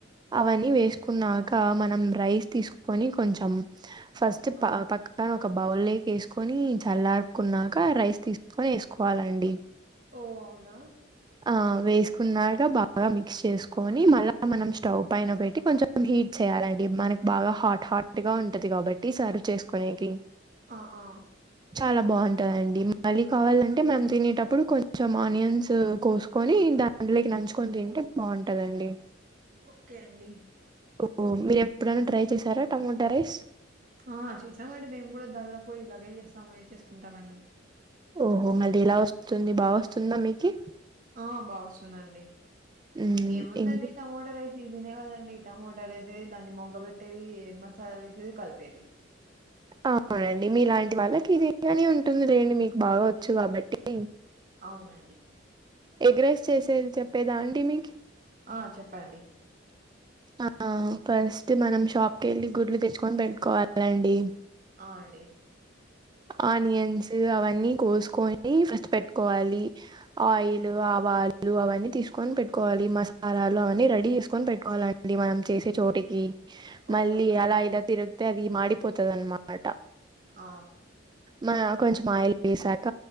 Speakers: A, on the right; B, on the right.
A: అవన్నీ వేసుకున్నాక మనం రైస్ తీసుకొని కొంచెం ఫస్ట్ ప
B: ఆ
A: పక్కన ఒక బౌల్ లోకి యేసుకొని చల్లార్పుకున్నాక రైస్ తీసుకొని యేసుకోవాలండి
B: ఓ అవునా
A: ఆ వేసుకున్నాక బాగా మిక్స్ చేసుకొని మళ్ళా మనం స్టవ్ పైన పెట్టి కొంచెం హీట్ చేయాలండి మనకి బాగా హాట్ హాట్ గా ఉంటది కాబట్టి సర్వ్ చేసుకోనేకి
B: ఆ ఆ
A: చాలా బాగుంటదండి మళ్ళీ కావాలంటే మనం తినేటప్పుడు కొంచెం ఆనియన్స్ కోసుకొని దాంట్లోకి నంచుకొని తింటే బాగుంటదండి
B: ఓకే అండి
A: ఓహో మీరు ఎప్పుడైనా ట్రై చేసారా టమోటా రైస్
B: ఆ చేసామండి మేము గూడా దాదాపు ఇలాగే చే చేస్తాము చేసుకుంటామండి
A: ఓహో మళ్ళీ ఎలా వస్తుంది బాగా వస్తుందా మీకి
B: ఆ బాగ వస్తుందండి
A: మ్మ్
B: ఏముందండి
A: ఇంగ్
B: టమోట రైస్ సీజనే గదండి టమోటాలు యేసేది దాన్ని మొగ్గ బెట్టేది మసాలాలు యేసేది కలిపేది
A: అవునండి మీలాంటి వాళ్ళకి ఇది ఇట్లనే ఉంటుందిలేండి మీకు బాగ వచ్చు గాబట్టి
B: అవునండి
A: ఎగ్రైస్ చేసేది చెప్పేదా అండి మీకి
B: ఆ చెప్పండి
A: ఆ ఫస్ట్ మనం షాప్ కెళ్ళి గుడ్లు తెచ్చుకొని పెట్టుకోవాలండి
B: ఆ అండి
A: ఆనియన్స్ అవన్నీ కోసుకొని ఫస్ట్ పెట్టుకోవాలి ఆయిలు
B: ఓకే
A: ఆవాలు అవన్ని తీసుకొని పెట్టుకోవాలి మసాలాలు అవన్నీ రెడీ చేసుకొని పెట్టుకోవాలండి మనం చేసే చోటికి
B: ఓకే
A: మళ్ళీ
B: ఓకే
A: అలా ఇలా తిరుగితే అది మాడిపోతది అన్నమాట
B: ఆ
A: మన కొంచెం ఆయిలు వేసాక